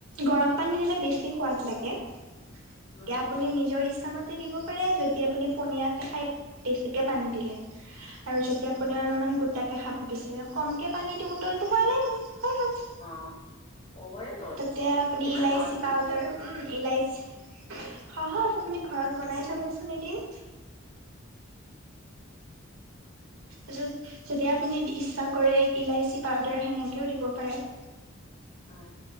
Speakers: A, on the right; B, on the left.
A: গৰম পানী দিলে বেছি সোৱাদ লাগে এয়া
B: উম,
A: আপুনি
B: উম,
A: নিজৰ ইচ্ছামতে দিব পাৰে যদি আপুনি পনিয়াকে খাই বেছিকে পানী ইল আৰু যদি
B: উম।
A: আপুনি অলপমান গোটে খাব বিচাৰে কমকে পানী দি উতলটো খোৱালেই হয়
B: অ অ' হৈয়ে গ'ল
A: তাতে আপুনি
B: ইমান
A: ইলাইচি
B: সহজ
A: পাউদাৰ
B: নেকি
A: উম ইলাইচি সাহজ আপুনি ঘৰত বনাই চাবচোন এদিন <inaudible> তাৰত যদি আপুনি ইচ্ছা কৰে ইলাইচি পাউদাৰ সেনেকেও দিব পাৰে <inaudible>
B: অ